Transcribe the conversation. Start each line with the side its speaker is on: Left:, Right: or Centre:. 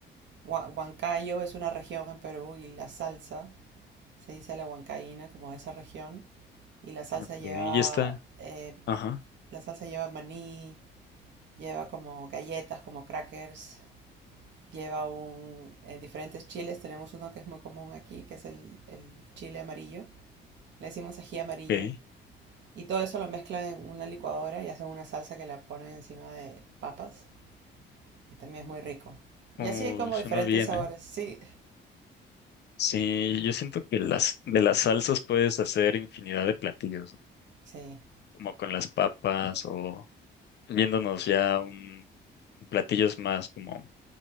Right: Hua- Huancayo es una región en Perú y la salsa se dice la huancaína, como de esa región. Y la salsa
Left: Ok,
Right: lleva,
Left: ya está.
Right: eh,
Left: Ajá,
Right: la salsa lleva maní, lleva como galletas, como crackers, lleva un, eh, diferentes chiles. Tenemos uno que es muy común aquí, que es el, el chile amarillo. Le decimos ají amarillo.
Left: ok.
Right: Y todo eso lo mezclan en una licuadora y hacen una salsa que la ponen encima de papas. Y también es muy rico.
Left: Uy,
Right: Y así hay como
Left: suena
Right: diferentes
Left: bien,
Right: sabores.
Left: ¿eh?
Right: Sí,
Left: Sí, yo siento que las de las salsas puedes hacer infinidad de platillos, ¿no?
Right: sí,
Left: Como con las papas o yéndonos ya a un platillos más como